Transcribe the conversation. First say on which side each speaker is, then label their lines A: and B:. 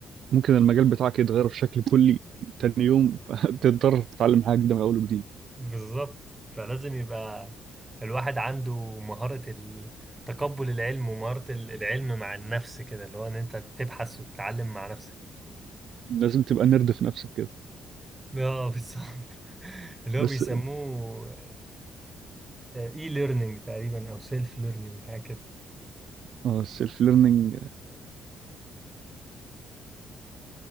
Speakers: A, on the right (about 65°); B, on the right (about 15°).
A: ممكن المجال بتاعك يتغير بشكل كلي تاني يوم <laughs> فتضطر تتعلم حاجه جديده من اول وجديد
B: بالظبط فلازم يبقى الواحد عنده مهارة ال- تقبل العلم ومهارة ال- العلم مع النفس كده اللي هو ان انت تبحث وتتعلم مع نفسك
A: لازم تبقى نرد في نفسك كده
B: اه بالظبط <laughs> اللي
A: بس
B: هو بيسموه اي ليرنينج تقريبا او سيلف ليرنينج حاجة كده
A: اه السيلف ليرنينج